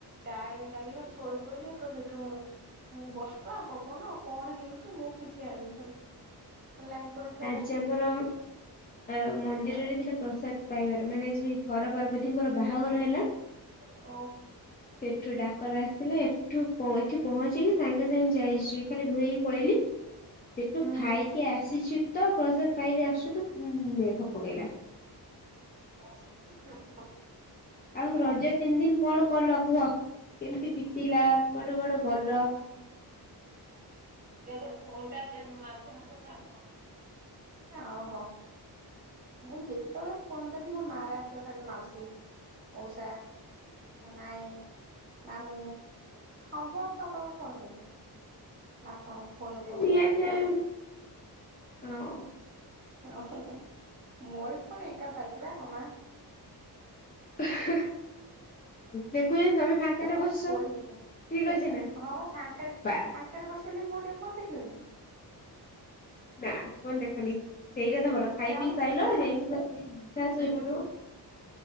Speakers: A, on the right; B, on the left.
A: ଟାଏଡେ ଲାଗିଲା ସୋଇ ପଇଲି ତ ସେଠୁ ମୁଁ ବର୍ଷା ପବନ କଣ ହେଇଛି ମୁଁ କିଛି ଯାଣିନି ଖାଲି ଲାଇନି ପଳେଇ ଥି
B: ଆଜି ଆମର ଅ ମନ୍ଦିର
A: ତାପରେ
B: ଯାଇ ଥିଲେ ପ୍ରସାଦ ପାଇବାର ମାନେ ଆଜି ହର ପାର୍ବତୀଙ୍କର ବାହାଘର ହେଲା।
A: ଅ
B: ସେଠୁ ଡାକରା ଆସିଲେ ଏଠୁ ପଏ ଏଠି ପହଞ୍ଚେଇକି ସାଙ୍ଗେ ସାଙ୍ଗେ ଯାଇଛି ଖାଲି ଧୋଇ ଏକି ପଳେଇଲି ସେଠୁ
A: ହୁଁ
B: ଖାଇକି ଆସ ଆସିଛି ତ ପ୍ରସାଦ ପାଇକି ଆସୁ ତ ଧ ପକେଇଲା।
A: <inaudible>
B: ଆଉ ରଜ ତିନି ଦିନ୍‌ କଣ କଲ କୁହ କେମିତି ବିତିଲା କୁଆଡେ କୁଆଡେ ଗଲ।
A: ଯିଆଡ଼େ ଫୋନଟା ଦେ ମାଉସି ମୋଉସା ଥାଉ। ସେଟା ଅହ ମୁଁ ଯେତେବେଳେ ଫୋନ ଧରିବି ମୋ ମା ର ଆସିବ ଖାଲି ମାଉସୀ ମଉସା ମୋ ମାଇଁ। ମାମୁଁ ସମ୍ବ ସ୍ତ ପାଖକୁ ଫୋନ୍ କରିବ। ବାପାଙ୍କ ଫୋନ୍ ରୁ ଫୋନ୍
B: ନିହାତି
A: କରେ।
B: ଭାବେ ହଁ
A: ଓ ମୋରି ଫୁଣି ଏକା ପାଇଚିବା ମୋ ମା।
B: <unintelligible>
A: <unintelligible>
B: ଦେଖୁଛ ତମେ ଫାଙ୍କାରେ
A: ଏ
B: ବସୁଛ
A: ଶୋଇବୁ,
B: ଠିକ ଅଛି ନା
A: ହଁ ବା ଫାଙ୍କାରେ
B: ବାସ୍
A: ଫାଙ୍କାରେ ଅଛି ବୋଲି ମୁଁ ଟିକେ ଫୋନ୍ ଦେଖିବିନି।
B: ନା ଫୋନ୍ ଦେଖନି ସେଇଟା ତ ଭଲ। ଖାଇ
A: ଯାଉନୁ
B: ପିଇ ସାଇିଲ
A: ଶୋଇବୁ
B: ଯାଇକି ପୁରା ସିଧା ଶୋଇପଡିବ,